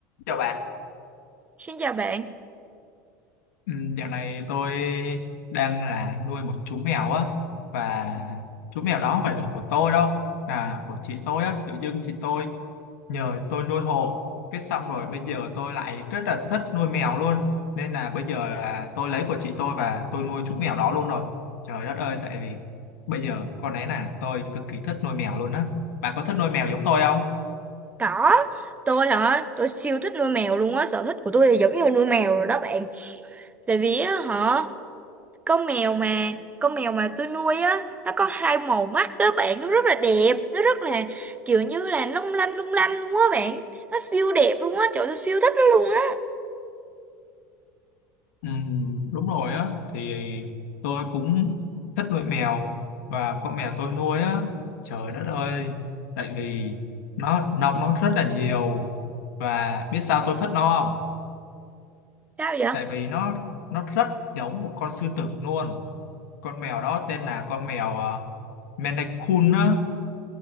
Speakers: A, on the left; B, on the right.
A: Chào bạn,
B: Xin chào bạn.
A: Ừ, dạo này tôi đang là nuôi một chú mèo á và chú mèo đó không phải là của tôi đâu là của chị tôi á tự dưng chị tôi nhờ tôi nuôi hộ cái xong rồi bây giờ tôi lại rất là thích nuôi mèo luôn nên là bây giờ là tôi lấy của chị tôi và tôi nuôi chú mèo đó luôn rồi trời đất ơi tại vì bây giờ con ấy là tôi cực kỳ thích nuôi mèo luôn á bạn có thích nuôi mèo giống tôi không
B: Có, tôi hả, tôi siêu thích nuôi mèo luôn á, sở thích của tôi là giống như nuôi mèo rồi đó bạn. Tại vì á hả, con mèo mà, con mèo mà tôi nuôi á, nó có hai màu mắt đó bạn, nó rất là đẹp, nó rất là kiểu như là long lanh lung lanh luôn á bạn. Nó siêu đẹp luôn á, trời ơi, tôi siêu thích nó luôn á.
A: Ừ, đúng rồi á thì tôi cũng thích nuôi mèo và con mèo tôi nuôi á trời đất ơi tại vì nó nọc nó rất là nhiều và biết sao tôi thích nó không
B: Sao vậy?
A: tại vì nó nó rất giống một con sư tử luôn con mèo đó tên là con mèo uh, Maine Coon á